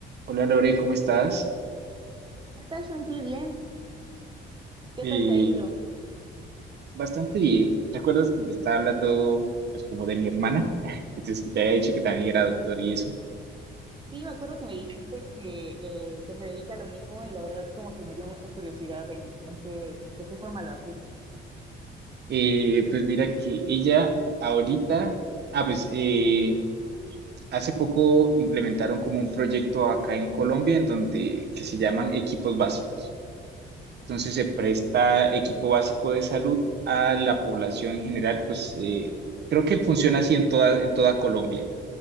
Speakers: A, on the right (about 55°); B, on the right (about 25°).
A: Hola Lore, ¿cómo estás?
B: ¿Qué tal, Santi? Bien. ¿Qué
A: Eh,
B: tal te ha ido?
A: bastante bien. ¿Recuerdas que te estaba hablando pues como de mi hermana? <laughs> Entonces que te había dicho que también era doctor y eso.
B: Sí, me acuerdo que me dijiste que, eh, que se dedica a lo mismo y la verdad como que me dio mucha curiosidad en, en qué, de qué forma lo aplica.
A: Eh, pues mira que ella ahorita, ah pues eh, hace poco implementaron como un proyecto acá en Colombia en donde que se llaman equipos básicos. Entonces se presta equipo básico de salud a la población en general, pues eh, creo que funciona así en toda, en toda Colombia.